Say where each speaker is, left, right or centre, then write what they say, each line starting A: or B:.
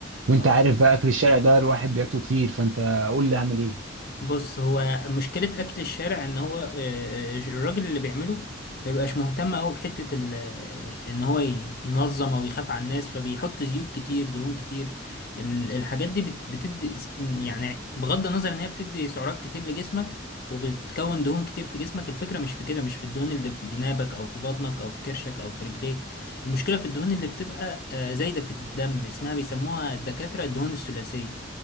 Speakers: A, on the right (about 80°); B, on the left (about 50°).
A: وانت
B: اه
A: عارف بقى اكل الشارع ده الواحد بياكله كتير فانت قول لي اعمل ايه
B: بص هو مشكلة أكل الشارع إن هو آه، آه، الراجل اللي بيعمله ما بيبقاش مهتم أوي بحتة ال- آه، إن هو ي- ينظم أو يخاف على الناس فبيحط زيوت كتير دهون كتير ال- الحاجات دي بت- بتدي س- يعني بغض النظر إن هي بتدي سعرات كتير لجسمك وبتكون دهون كتير في جسمك الفكرة مش في كده مش في الدهون اللي في جنابك أو في بطنك أو في كرشك أو في رجليك المشكلة في الدهون اللي بتبقى آه، زايدة في الدم اسمها بيسموها الدكاترة الدهون الثلاثية